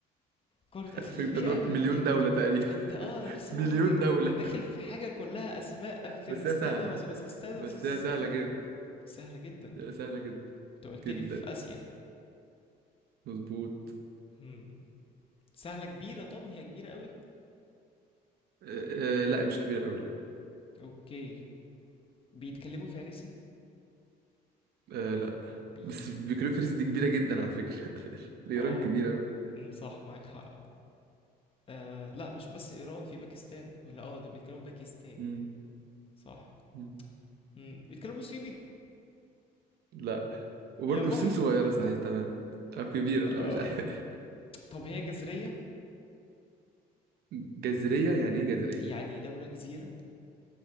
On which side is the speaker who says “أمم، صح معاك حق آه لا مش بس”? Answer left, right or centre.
Left